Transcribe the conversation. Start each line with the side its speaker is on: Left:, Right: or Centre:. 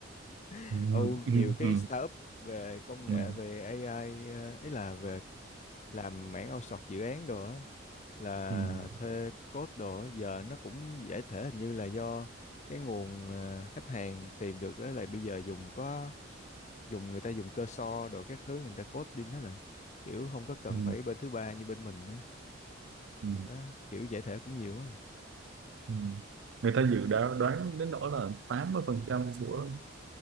Left: <laughs>
Right: ừ, ừ,
Left: Âu
Right: ừ,
Left: nhiều cái
Right: ừ,
Left: startup về công
Right: ừ,
Left: nghệ về AI ờ, ấy là về làm mảng outsource dự án đồ á là
Right: ừ, ừ,
Left: thuê code đồ á, giờ nó cũng giải thể hình như là do cái nguồn ờ, khách hàng tìm được á là bây giờ dùng có dùng người ta dùng cơ so đồ các thứ người ta code đi hết rồi kiểu không có cần
Right: ừ.
Left: phải bên thứ ba như bên mình nữa
Right: ừ,
Left: Đó, kiểu giải thể cũng nhiều quá
Right: ừ. người ta dự đoán đoán đến nỗi là 80 phần trăm của